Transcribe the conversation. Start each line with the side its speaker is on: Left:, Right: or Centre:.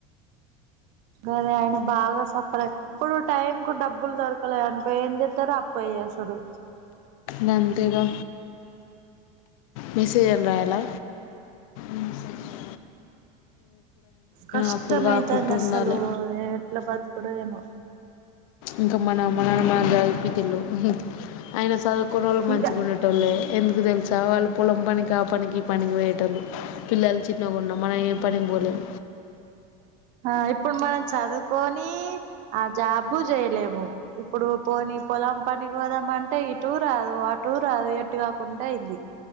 Right: గదే ఆయన బాగా సఫర్ అయి ఇప్పుడు టైం కు డబ్బులు దొరకలే అనుకో ఏంజెత్తరు అప్పే ఏసడు
Left: గంతేగా మెసేయల్ రాయలా ఉహ్ సరే
Right: కష్టమైతాంది
Left: అప్పులు కాకుండా
Right: అస్సలు
Left: ఉండాలి
Right: ఎట్ల బతుకుడో ఏమో
Left: ఇంక మన అమ్మ నాన్న మనన్ సదుపిచ్చిండు ఉహ్ ఐన సదువ్ కుర్రోళ్ళు మంచిగ
Right: ఇంకా
Left: ఉండెటోళ్ళే ఎందుకు తెలుసా వాళ్ళు పొలం పనికి ఆ పనికి ఈ పనికి పోయేటోల్లు పిల్లలు చిన్నగున్నం మనం ఏ పని పోలేం
Right: ఆ ఇప్పుడు మనం చదువుకోనీ ఆ జాబు చేయలేము ఇప్పుడు పోనీ పొలం పనికినికి పోదామంటే ఇటూ రాదు అటూ రాదు అది ఎటుకాకుంట అయ్యింది